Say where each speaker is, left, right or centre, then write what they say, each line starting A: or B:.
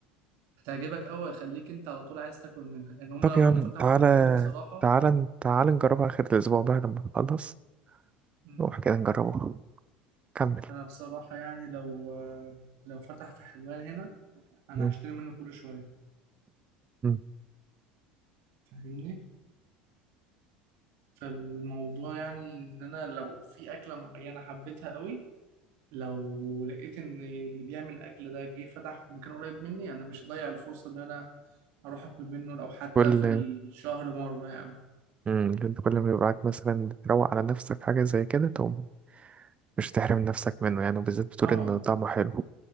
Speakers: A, on the right; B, on the right.
A: هتعجبك قوي هيخليك انت على طول عايز تاكل منها يعني هم
B: طب
A: لو
B: يا
A: جم
B: عم
A: فتحوا
B: تعالى
A: في حلوان بصراحة
B: تعالى تعالى نجربها آخر الأسبوع بقى لما نخلص
A: مم.
B: نروح كده نجربها كمل
A: انا بصراحة يعني لو لو فتح في حلوان هنا انا
B: مم.
A: هشتري منه كل شوية
B: مم.
A: فاهمني فالموضوع يعني ان انا لو في اكلة معينة حبيتها قوي لو لقيت ان اللي بيعمل الاكل ده جه فتح في مكان قريب مني انا مش هضيع الفرصة ان انا اروح اكل منه لو حتى
B: كل
A: في الشهر مرة يعني
B: مم. انت كل ما يبقى معاك مثلا تروق على نفسك حاجة زي كده تقوم مش تحرم نفسك منه يعني وبالذات بتقول
A: اه
B: إن طعمه حلو